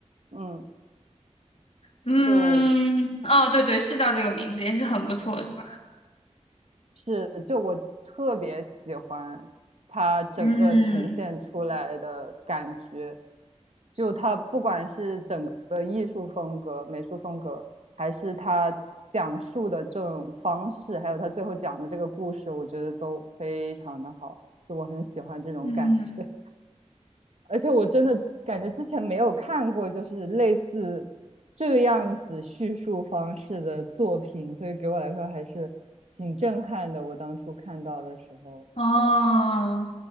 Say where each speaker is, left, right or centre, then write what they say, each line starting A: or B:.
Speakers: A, on the right; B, on the left.
A: 嗯。
B: 嗯，
A: 就
B: 哦，对对，是叫这个名字，也是很不错，是吧？
A: 是，就我特别喜欢他整个呈现出来的感觉，
B: 嗯
A: 就他不管是整个艺术风格、美术风格，还是他讲述的这种方式，还有他最后讲的这个故事，我觉得都非常的好，就我很喜欢这种感觉。
B: 嗯，
A: 而且我真的感觉之前没有看过，就是类似这个样子叙述方式的作品，所以给我来说还是挺震撼的。我当初看到的时候
B: 哦，